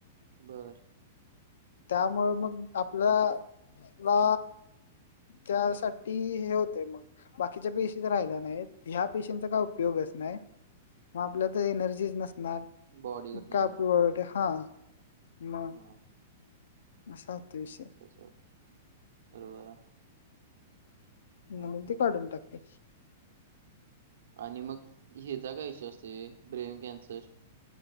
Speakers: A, on the right; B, on the left.
A: बरं
B: त्यामुळे मग आपल्या ला त्यासाठी हे होतें मग बाकीच्या पेशीच राहिल्या नाही ह्या पेशींचा काय उपयोगच नाही मग आपल्या तर एनर्जीच नसणार
A: बॉडी कुठून
B: का
A: येणार
B: आपली वळट हा म
A: हा
B: सवत विष
A: त्यासर बरोबर
B: म्हणून
A: हा हा
B: ते काढून टाकते
A: आणि मग ह्याचा काय इश्यू असते ब्रेन कॅन्सर